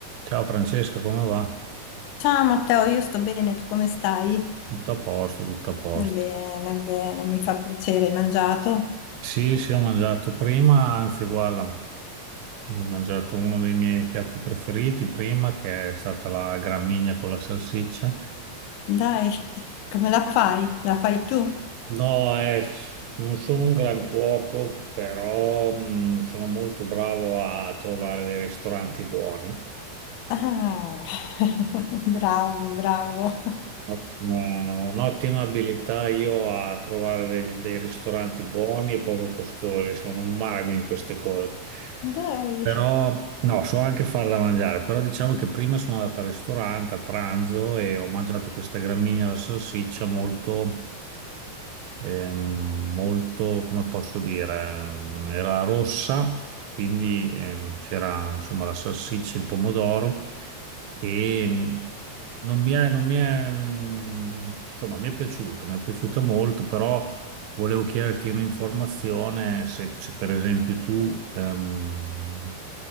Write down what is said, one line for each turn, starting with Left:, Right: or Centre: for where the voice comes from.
Right: Ciao Francesca, come va?
Left: Ciao Matteo, io sto bene, tu come stai?
Right: Tutto a posto, tutto a posto.
Left: Bene, bene, mi fa piacere, hai mangiato?
Right: Sì, sì, ho mangiato prima, anzi, guarda, ho mangiato uno dei miei piatti preferiti prima, che è stata la gramigna con la salsiccia.
Left: Dai, come la fai? La fai tu?
Right: No, eh, non sono un gran cuoco, però mh, sono molto bravo a trovare dei ristoranti buoni.
Left: Ah, <laughs> bravo, bravo.
Right: Eh, Un'ottima abilità io a trovare dei, dei ristoranti buoni e poco costosi, sono un mago in queste cose.
Left: Dai,
Right: Però no, so anche far da mangiare, però diciamo che prima sono andato al ristorante a pranzo e ho mangiato questa gramigna alla salsiccia molto eh, molto, come posso dire, era rossa, quindi eh, c'era insomma la salsiccia, il pomodoro e mh, non mi è, non mi è, mh, insomma, mi è piaciuto, mi è piaciuta molto, però volevo chiederti un'informazione se, se per esempio tu ehm,